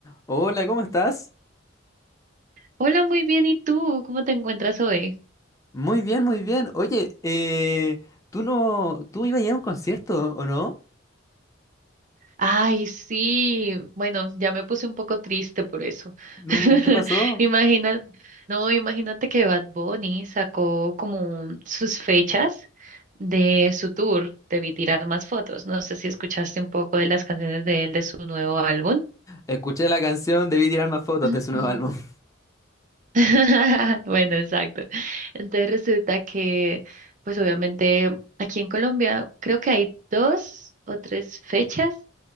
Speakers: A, on the left; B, on the right.
A: Hola, ¿cómo estás?
B: Hola, muy bien. ¿Y tú? ¿Cómo te encuentras hoy?
A: Muy bien, muy bien. Oye, eh, tú no, tú ibas a ir a un concierto, ¿o no?
B: Ay, sí. Bueno, ya me puse un poco triste por eso.
A: No,
B: <laughs>
A: ¿qué pasó?
B: Imagina, no, imagínate que Bad Bunny sacó como un- sus fechas de su tour. Debí tirar más fotos. No sé si escuchaste un poco de las canciones de él de su nuevo álbum.
A: Escuché la canción Debí tirar más fotos
B: <clears throat>
A: de su nuevo álbum. <laughs>
B: <laughs> Bueno, exacto. Entonces resulta que, pues obviamente aquí en Colombia creo que hay dos o tres fechas